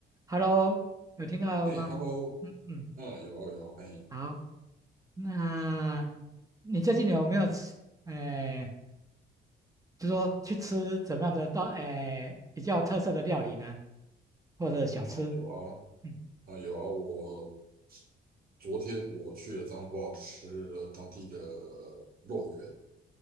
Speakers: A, on the right (about 15°); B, on the right (about 50°).
A: Hello，有听到吗？
B: 哎，Hello，
A: 嗯，
B: 啊，有啊有啊，嘿，
A: 好，那你最近有没有吃？哎、就说去吃怎么样的到哎、比较有特色的料理呢？或者小吃？
B: 啊有啊
A: 嗯，
B: 啊有啊，我昨天我去了彰化，吃了当地的肉圆。